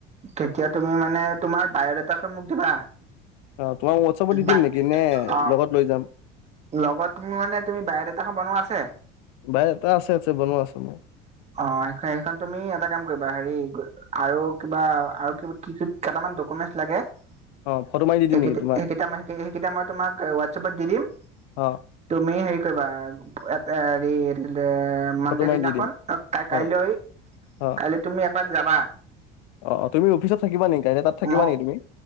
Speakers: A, on the right; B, on the left.
A: কেতিয়া তুমি মানে তোমাৰ বায়'ডাটা খন মোক দিবা।
B: অ তোমাক হোৱাটছআপত দি
A: বা
B: দিম নেকি নে
A: অ
B: লগত লৈ যাম।
A: লগত তুমি মানে তুমি বায়'ডাটা খন বনোৱা আছে।
B: বায়'ডাটা আছে, আছে বনোৱা আছে মোৰ।
A: অ সে-সেইখন তুমি এটা কাম কৰিবা হেৰি। আৰু কিবা আৰু কিবা কি কেইটামান ডকুমেন্টচ লাগে। <unintelligible>
B: অ ফটো মাৰি দি দিম
A: সেইকেইটা
B: নেকি তোমাক
A: মই তোমাক হোৱাটছএপত দি দিম।
B: অ
A: তুমি হেৰি কৰিবা <unintelligible> হেৰি মানডে
B: ফটো মাৰি
A: দিনাখন।
B: দি দিম
A: কাই-কাইলৈ
B: অ অ
A: কাইলৈ তুমি এপাক যাবা।
B: অ তুমি অফিচত থাকিবা নেকি কাইলৈ তাত থাকিবা
A: মই
B: নেকি তুমি।